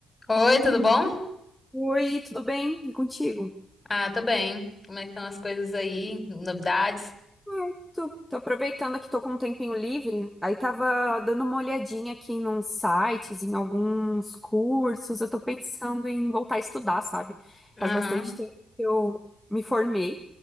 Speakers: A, on the left; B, in the centre.
A: Oi, tudo bom?
B: Oi, tudo bem? E contigo?
A: Ah, tô bem. Como é que estão as coisas aí? Novidades?
B: É, tô, tô aproveitando aqui, tô com um tempinho livre. Aí tava dando uma olhadinha aqui nos sites, em alguns cursos. Eu tô pensando em voltar a estudar, sabe?
A: Aham.
B: Faz bastante tempo que eu me formei